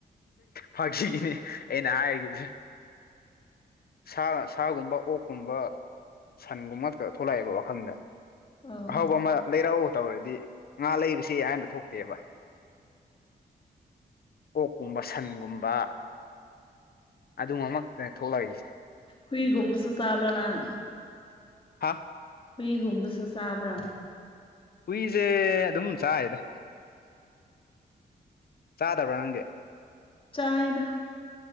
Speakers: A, on the left (about 65°); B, on the left (about 30°).
A: ꯐꯥꯈꯤꯒꯤꯅꯤ ꯑꯩꯅ ꯍꯥꯏꯒꯤꯗ꯭ꯔ‌ꯦ꯫ ꯁꯥ ꯁꯥꯒꯨꯝꯕ ꯑꯣꯛꯀꯨꯝꯕ꯫ ꯁꯟꯒꯨꯝꯕ ꯉꯥꯛꯇ ꯊꯣꯛꯂꯛꯑꯦꯕ ꯋꯥꯈꯟꯗ꯫
B: ꯑꯥ
A: ꯑꯍꯥꯎꯕ ꯑꯃ ꯂꯩꯔꯛꯎ ꯇꯧꯔꯗꯤ ꯉꯥ ꯂꯩꯔꯨꯁꯤ ꯍꯥꯏꯅ ꯊꯣꯛꯇꯦꯕ꯫ ꯑꯣꯛꯀꯨꯝꯕ ꯁꯟꯒꯨꯝꯕ꯫ ꯑꯗꯨꯒꯨꯝꯃꯛꯇꯅꯦ ꯊꯣꯛꯂꯛꯏꯁꯦ꯫
B: ꯍꯨꯏꯒꯝꯕꯁꯨ ꯆꯕ꯭ꯔꯥ ꯅꯪ꯫
A: ꯍꯥꯥ꯫
B: ꯍꯨꯏꯒꯨꯝꯕꯁꯨ ꯆꯥꯕ꯭ꯔꯥ꯫
A: ꯍꯨꯏꯖꯦ ꯑꯗꯨꯝ ꯆꯥꯏꯗ ꯆꯥꯗꯕ꯭ꯔꯥ ꯅꯪꯗꯤ꯫
B: ꯆꯥꯏꯗ꯫